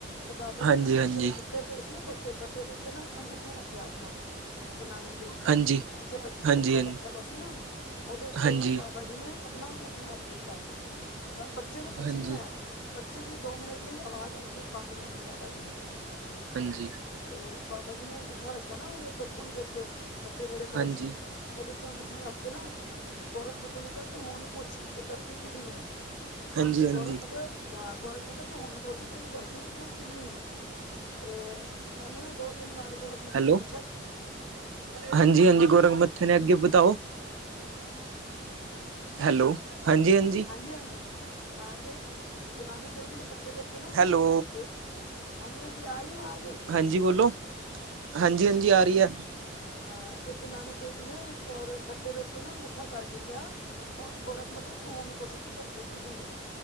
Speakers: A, on the left; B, on the right.
A: ਤੇ ਬਾਬਾ
B: ਹਾਂਜੀ
A: ਜੀ ਨੇ ਨਾ
B: ਹਾਂਜੀ
A: ਉਹ ਜਹੜੇ ਫੱ ਫੱਟੇ ਪਏ ਸੀ ਨਾ ਫੱਟੇ ਫੱਟੇ ਦੇ ਉੱਤੇ ਨਾ ਅੰਗੂਠਾ ਰੱਖਿਆ ਆਪਣਾ ਗੁਰੂ ਨਾਨਕ ਦੇਵ ਜੀ ਨੇ
B: ਹਾਂਜੀ
A: ਜਿੱਥੇ
B: ਹਾਂਜੀ
A: ਬੱਚਾ ਬੈਠਾ ਦਾ ਸੀ ਨਾ ਉਹਦੇ ਉੱਤੇ
B: ਹਾਂਜੀ
A: ਬਾਬਾ
B: ਹਾਂਜੀ
A: ਜੀ ਨੇ ਆਪਣਾ ਅੰਗੂਠਾ ਰੱਖ ਦਿੱਤਾ ਤਾਂ ਬੱਚੇ ਨੂੰ ਕੁਛ
B: ਹਾਂਜੀ
A: ਨਹੀਂ ਹੋਇਆ ਬੱਚੇ ਦੀ ਦੋ ਮਿੰਟ ਆਵਾਜ਼ ਉਹਨਾਂ ਨੇ ਬੰਦ ਕਰਤੀ ਬਾਬਾ ਜੀ ਨੇ
B: ਹਾਂਜੀ
A: ਤੇ ਬਾਬਾ ਜੀ ਨੇ ਅੰਗੂਠਾ ਰੱਖਿਆ ਨਾ ਉਹਦੇ ਉੱਤੇ ਖੂਈ ਦੇ ਉੱਤੇ ਫੱਟੇ ਜਿਹੜੇ ਪਏ
B: ਹਾਂਜੀ
A: ਸੀ। ਉਹਦੇ ਉੱਤੇ ਅੰਗੂਠਾ ਰੱਖ ਕੇ ਨਾ ਗੋਰਖ ਮਤੇ ਨੂੰ ਕਿਹਾ ਕਿ ਹੁਣ ਪੁੱਛ ਕੇ ਧਰਤੀ ਕਿਹਦੀ ਹੈ।
B: ਹਾਂਜੀ ਹਾਂਜੀ
A: ਗੋਰਖ ਮਤਲਬ ਗੋਰਖ ਮਤ ਤੂ ਹੁਨ ਪੁੱਛ ਕੇ ਧਰਤੀ ਤੂੰ ਕਿਂਦੀ ਏ? ਤੇ ੳਨੇ ਨਾ ਦੋ-ਤਿੰਨ ਵਾਰ ਗੋਰਖ ਮੱਤੇ
B: ਹੈਲੋ
A: ਨੇ ਪੁੱਛੇਆ
B: ਹਾਂਜੀ ਹਾਂਜੀ, ਗੋਰਖ ਮੱਥੇ ਨੇ, ਅੱਗੇ ਬਤਾਓ? ਹੈਲੋ, ਹਾਂਜੀ-ਹਾਂਜੀ।
A: ਹਾਂਜੀ ਹਾਂਜੀ ਹਾਂ ਤੇ ਗੁਰੂ ਨਾਨਕ ਦੇਵ ਜੀ ਨੇ ਵੱਟੇ ਦੇ ਉੱਤੇ ਨਾ ਅੰਗੂਠਾ
B: ਹੈਲੋ
A: ਰੱਖ ਕੇ ਹਾਂਜੀ ਹਾਂਜੀ, ਆ ਰੀ ਏ ਅਵਾਜ?
B: ਹਾਂਜੀ ਬੋਲੋ, ਹਾਂਜੀ ਹਾਂਜੀ ਆ ਰੀ ਆ।
A: ਹਾਂ ਤੇ ਗੁਰੂ ਨਾਨਕ ਦੇਵ ਜੀ ਨੇ ੳਦੇ ਵੱਟੇ ਦੇ ਉੱਤੇ ਨਾ ਅੰਗੂਠਾ ਧਰ ਕੇ ਕੇਆ ਹ ਗੋਰਖ ਮੱਥੇ ਤੂੰ ਹੁਨ ਪੁੱਛ ਕੇ ਧਰਤੀ ਕਿਦੀ ਏ?